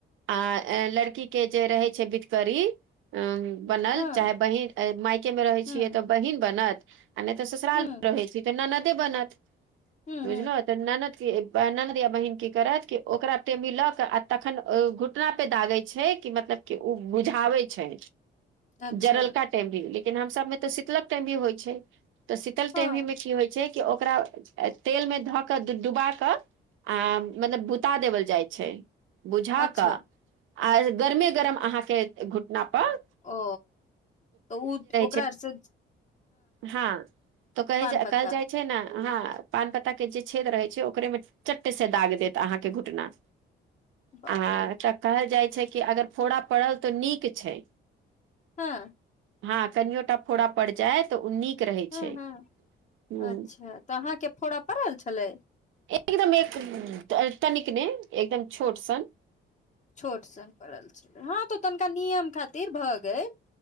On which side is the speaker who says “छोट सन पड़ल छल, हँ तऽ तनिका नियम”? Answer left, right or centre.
Left